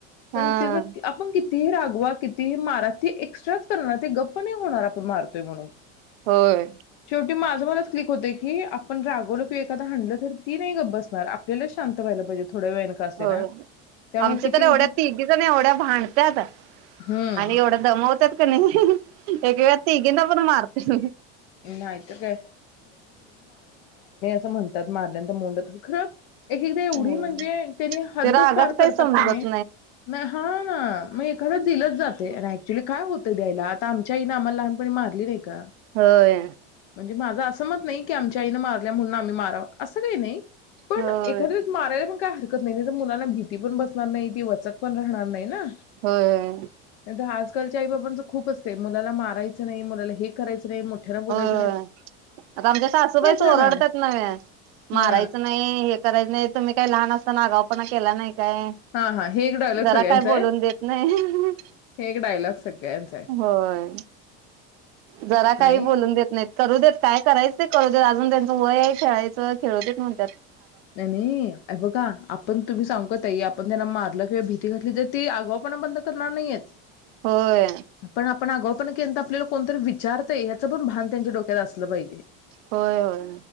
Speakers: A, on the right; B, on the left.
A: हा
B: पण तेज आपण कि तीही रागवा कितीही मारा ती एक्स्ट्राच करणार ती गप्प नाही होणार आपण मारतोय म्हणून
A: होय
B: शेवटी माझं मलाच क्लिक होतय की आपण रागवलो कि एखादा हाणलं तर ती नाही गप्प बसणार आपल्यालाच शांत व्हायला पाहिजे. थोड्या वेळाने का असेना
A: होय होय
B: त्यामुळे
A: आमच्या
B: किती
A: तर
B: उगीच
A: एवढ्या तिघी जणी एवढ्या भांडत्यात
B: हम्म
A: आणि एवढ्या दमवत्यात कि नाही. एक एक वेळा तिघींना पण मारतोय म
B: नाहीतर काय त म्हणतात मारल्यानंतर मोंड होतात खर एक एकदा एवढी
A: होय
B: म्हणजे त्यानी हद्दच
A: ते रागात
B: पार
A: काही
B: करतात
A: समजत
B: की नाही हा ना मग एखादं दिलंच जात. ते अन ऍक्च्युली काय होतंय द्यायला, आता आमच्या आईने आम्हाला लहानपणी मारली नाही का?
A: होय
B: म्हणजे माझं असं मत नाही की आमच्या आईन मारल्या म्हणून आम्ही माराव असं काही नाही. पण
A: होय
B: एखाद्या वेळेस मारायला पण काय हर नाही मुलांना भीती पण बसणार नाही ती वचक पन राहणार नाही ना
A: होय
B: त्या जहाज कालच्या आई बाबांचं खूपच ते मुलाला मारायचं नाही मुलाला हे करायचं नाही मोठ्यान बोलायच
A: होय आता आमच्या सासूबाईच
B: राहणार
A: ओरडत्यात नव्हे
B: हा
A: मारायचं नाही, हे करायचं नाही, तुम्ही काय लहान असताना आगाव वपणा केला नाही. काय
B: हा हा हे एक डायलॉग
A: जरा
B: सगळ्यांचा
A: काय बोलून
B: आहे
A: देत नाही
B: हे एक डायलॉग सगळ्यांचा आहे
A: होय जरा काही
B: नाही
A: बोलून देत नाहीत करू देत काय करायच ते करूदेत अजून त्यांच वय आहे खेळायचं खेळूदेत म्हणत्यात.
B: नाही नाही हे बघा आपण तुम्ही सांगू का ताई आपण त्यांना मारलं भीती घातली तर ते आगावपणा बंद करणार नाहीयेत
A: होय
B: पन आपण आगाव पण केन तर आपल्याला कोणतरी विचारतय याचं पण भान त्यांच्या डोक्यात असलं पाहिजे.
A: होय होय